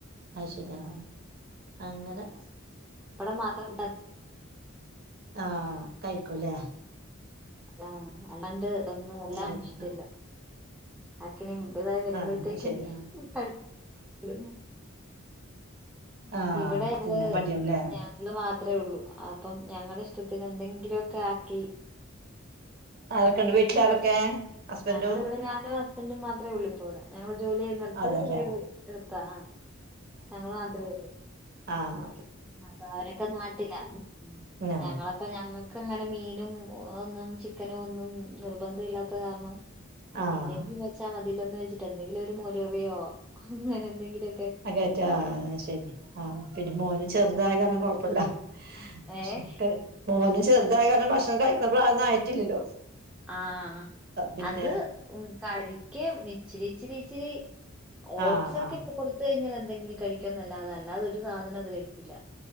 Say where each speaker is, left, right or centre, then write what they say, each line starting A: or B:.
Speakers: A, on the right; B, in the centre.
A: അത്
B: ഉം.
A: ശരിയാ അങ്ങനെ
B: അടെ മാത്രം
A: ആഹ കഴിക്കുല്ലേ
B: ആഹ അല്ലാണ്ട് ഒന്നും എല്ലാം
A: അങ്ങനെ
B: ഇഷ്ട്ടല്ല
A: ആഹ്
B: <unintelligible>
A: ആഹ് അത് ശരിയാ
B: പാട്പ്പെടും ഉം
A: ആഹ്
B: ഇവിടെ ഞങ്ങള്
A: തിന്നാൻ മടിയാവുല്ലേ
B: ഞങ്ങൾ മ അത്രേ ഉള്ളൂ അപ്പം ഞങ്ങടെ ഇഷ്ടത്തിന് എന്തെങ്കിലൊക്കെ ആക്കി
A: ആരക്കണ്ട് വീട്ടില് ആരൊക്കെ ഹസ്ബൻഡും
B: ഞങ്ങലിവിടെ ഞാനും ഹസ്ബന്റും മാത്രയൊള്ളൂ ഇപ്പ ഇവിടെ ഞങ്ങള് ജോലി ചെയ്യുന്നട്ത്ത്
A: അതെല്ലേ
B: വീ <inaudible> താ ഞങ്ങളു മാത്ര <unintelligible>
A: ആഹ
B: അപ്പൊ അവരൊക്കെ നാട്ടില
A: ആഹ്
B: ഞങ്ങളപ്പ ഞങ്ങക്ക് അങ്ങനെ മീനും ഒന്നും ചിക്കനോ ഒന്നും നിർബന്ധയില്ലാത്ത കാരണം
A: ആഹ്
B: എന്തെങ്കിലും വെച്ചാ മ തിലൊന്ന് വെച്ചിട്ട് എന്തെങ്കിലും ഒരു മുരവയോ അങ്ങനെ എന്തെങ്കിലൊ
A: ആ കേറ്റാ ശരി ആഹ പിന്നെ മോന് ചെറുതായ കന്നും കൊഴപ്പില്ല
B: ഏഹ്
A: <unintelligible> മോനും ചെറുതായ കാരണം ഭക്ഷണം കഴിക്കണ പ്രായൊന്നും ആയിട്ടില്ലല്ലോ
B: ആഹ
A: പിന്നെ
B: അത് ഉം കഴിക്കും ഇച്ചിരി ഇച്ചിരി ഇച്ചിരി ഓട്ട്സ്
A: ആഹ്
B: ഒക്കെ
A: ആഹ്
B: ഇപ്പൊ കൊടുത്ത കഴിഞ്ഞാൽ എന്തെങ്കിലും കഴിക്കോ എന്നല്ലാതല ല്ലാതൊരു സാധനം അത് കഴിക്കില്ല